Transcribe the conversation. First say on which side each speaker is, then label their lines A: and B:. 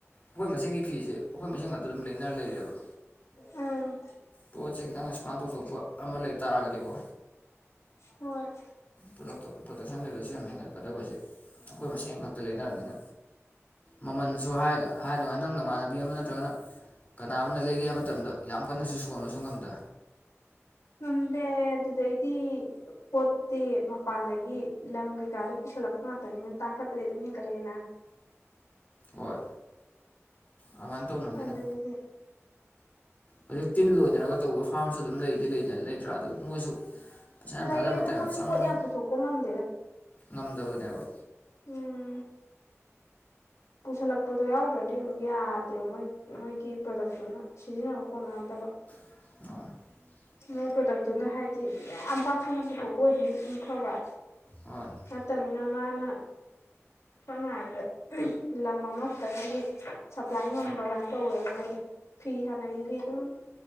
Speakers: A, on the left; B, on the left.
A: ꯑꯈꯣꯏ ꯃꯁꯦꯟꯒꯤ ꯐꯤꯁꯦ ꯑꯈꯣꯏ ꯃꯁꯦꯟ ꯉꯥꯛꯇ ꯑꯗꯨꯝ ꯂꯩꯅꯔꯥ ꯂꯩꯔꯦꯕ
B: ꯎꯝ
A: ꯄꯣꯠꯁꯦ ꯈꯤꯇꯪ ꯑꯦꯛꯁꯄꯥꯟ ꯇꯧꯊꯣꯛꯄ ꯑꯃ ꯂꯩꯇꯥꯥꯔꯒꯗꯤꯀꯣ
B: ꯍꫭꯏ
A: ꯄ꯭ꯔꯗꯛꯇꯣ ꯄ꯭ꯔꯗꯛꯁꯟ ꯂꯦꯕꯦꯜꯁꯦ ꯌꯥꯝ ꯍꯦꯟꯒꯠꯀꯗꯧꯕꯁꯦ ꯑꯩꯈꯣꯏ ꯃꯁꯦꯟ ꯈꯛꯇ ꯂꯩꯅꯔꯕꯅꯤꯅ ꯃꯃꯜꯖꯨ ꯍꯥꯏ ꯍꯥꯏꯗꯅ ꯅꯪ ꯅꯃꯥꯟꯅꯕꯤ ꯑꯃ ꯅꯠꯇ꯭ꯔꯒꯅ ꯀꯅꯥꯝꯅ ꯂꯩꯒꯦ ꯍꯥꯏꯕ ꯃꯇꯝꯗ ꯌꯥꯝ ꯀꯟꯅꯁꯨ ꯁꯣꯟꯕꯁꯨ ꯉꯝꯗ
B: ꯉꯝꯗꯦ ꯑꯗꯨꯗꯩꯗꯤ ꯄꯣꯠꯇꯤ ꯃꯄꯥꯟꯗꯒꯤ ꯂꯪ ꯀꯩꯀꯥꯗꯨ ꯄꯨꯁꯜꯂꯛꯄ ꯉꯥꯛꯇꯅꯤꯅ ꯇꯥꯡꯈꯠꯄꯗꯤ ꯑꯗꯨꯝ ꯍꯦꯟꯒꯠꯂꯛꯑꯦꯅ
A: ꯍꯣꯏ ꯑꯗꯨꯃꯥꯏꯅ ꯇꯧꯅꯕꯅꯤꯅ
B: ꯑꯗꯒꯤꯗꯤ
A: ꯍꯧꯖꯤꯛ ꯇꯤꯟ ꯂꯣꯏꯅꯔꯒ ꯇꯧꯕ ꯐꯥꯝꯁꯨ ꯑꯗꯨꯝ ꯂꯩꯗꯤ ꯂꯩ ꯂꯩꯇ꯭ꯔꯥ ꯑꯗꯨ ꯃꯣꯏꯁꯨ ꯄꯩꯁꯥ ꯌꯥꯝ
B: ꯂꯩꯌꯦ
A: ꯊꯥꯗꯕ
B: ꯑꯗꯣ
A: ꯃꯇꯝ ꯌꯥꯝ
B: ꯃꯣꯏ
A: ꯆꯪꯕꯅꯤ
B: ꯄꯣꯠ ꯄꯨꯊꯣꯛꯄ ꯉꯝꯗꯦꯗ
A: ꯉꯝꯗꯕꯅꯦꯕ
B: ꯎꯝ ꯄꯨꯁꯜꯂꯛꯄꯗꯣ ꯌꯥꯎꯗ꯭ꯔꯗꯤ ꯑꯃꯨꯛ ꯌꯥꯗꯦꯕ ꯃꯣꯏ ꯃꯣꯏꯒꯤ ꯄ꯭ꯔꯗꯛꯇꯨꯅ ꯁꯤꯖꯤꯟꯅꯕ ꯀꯣꯟꯅꯥꯗꯕ
A: <unintelligible>
B: ꯅꯣꯏ ꯄ꯭ꯔꯗꯛꯇꯨꯅ ꯍꯥꯏꯗꯤ ꯌꯥꯝ ꯄꯥꯛ ꯁꯟꯅ ꯄꯨꯊꯣꯛꯄ ꯑꯣꯏꯗꯤ ꯑꯃꯨꯛ ꯐꯕ
A: ꯍꯣꯏ
B: ꯅꯠꯇꯃꯤꯅ ꯃꯥꯅ ꯁꯝꯅ ꯍꯥꯏꯔꯕꯗ ꯂꯝ ꯑꯃꯛꯈꯇꯒꯤ ꯁꯄ꯭ꯂꯥꯏ ꯉꯝꯕ ꯑꯗꯥꯏꯅ ꯇꯧꯋꯦ ꯃꫭꯏꯒꯤ ꯐꯤ ꯁꯥꯟꯅꯩꯗꯤ ꯑꯗꯨꯝ